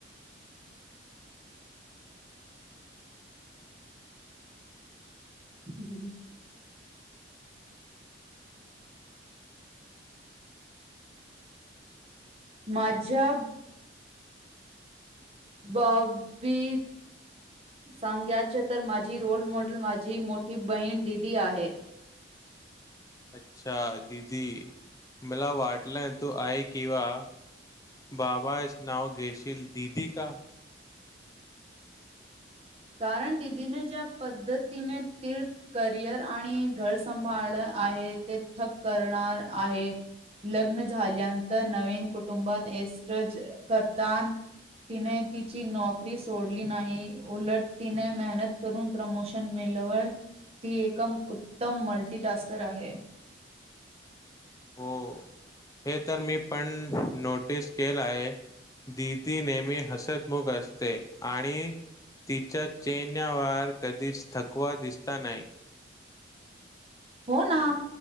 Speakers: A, on the right; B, on the left.
A: हम्म माझ्या बाबीत सांगायचं तर माझी रोल मॉडेल माझी मोठी बहीण दिदी आहे.
B: अच्छा दिदी मला वाटलंय तू आई किंवा बाबाच नाव घेशील, दिदी का
A: कारण दिदीने ज्या पद्धतीने त करिअर आणि घर सम भाळ आहे ते थक करणार आहे. लग्न झाल्यानंतर नवीन कुटुंबात एस्टज करतान तिने तिची नोकरी सोडली नाही. उलट तिने मेहनत करून प्रमोशन मिलवल ती एकम उत्तम मल्टी टास्कर आहे. <unintelligible>
B: हो हे तर मी पण नोटीस केलं आहे. दिदी नेहमी हसतमुख असते आणि तिच्या चेहऱ्यावर कधीच थकवा दिसता नाही.
A: हो ना.